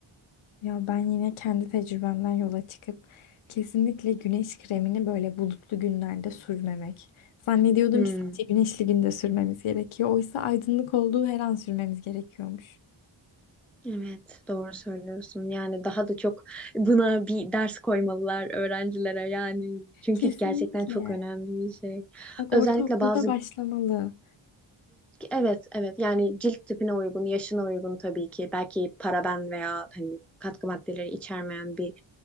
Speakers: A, on the left; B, in the centre.
A: Ya ben yine kendi tecrübemden yola çıkıp kesinlikle güneş kremini böyle bulutlu günlerde sürmemek. Zannediyordum
B: Hmm.
A: ki sadece güneşli günde sürmemiz gerekiyor. Oysa aydınlık olduğu her an sürmemiz gerekiyormuş.
B: Evet, doğru söylüyorsun. Yani daha da çok buna bir ders koymalılar öğrencilere yani. Çünkü
A: Kesinlikle.
B: gerçekten çok önemli bir şey.
A: Bak ortaokulda
B: Özellikle bazı
A: başlamalı.
B: evet, evet. Yani cilt tipine uygun, yaşına uygun tabii ki. Belki paraben veya hani katkı maddeleri içermeyen bir